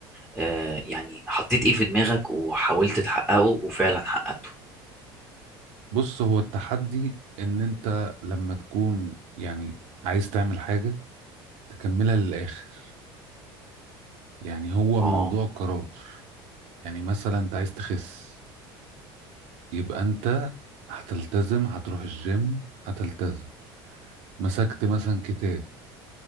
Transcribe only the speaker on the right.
بص هو التحدي ان انت لما تكون يعني عايز تعمل حاجة تكملها للاخر يعني هو
موضوع قرار يعني مثلا انت عايز تخس يبقى انت هتلتزم هتروح الجيم هتلتزم مسكت مثلا كتاب